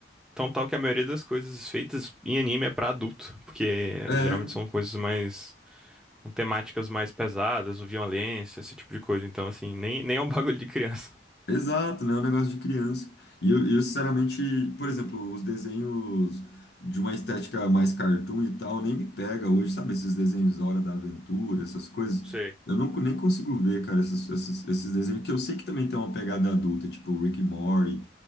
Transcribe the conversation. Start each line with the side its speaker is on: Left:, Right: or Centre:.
Centre: Tão tal que a maioria das coisas feitas em anime é pra adulto, porque
Left: É,
Centre: geralmente são coisas mais, com temáticas mais pesadas, ou violência, esse tipo de coisa. Então, assim, nem, nem é um <laughs> bagulho de criança.
Left: Exato, né? É um negócio de criança. E eu, eu, sinceramente, por exemplo, os desenhos de uma estética mais cartoon e tal, nem me pega hoje, sabe? Esses desenhos da Hora da Aventura, essas coisas.
Centre: Sei.
Left: Eu não, nem consigo ver, cara, esses, esses, esses desenhos, que eu sei que também tem uma pegada adulta, tipo Rick e Morty,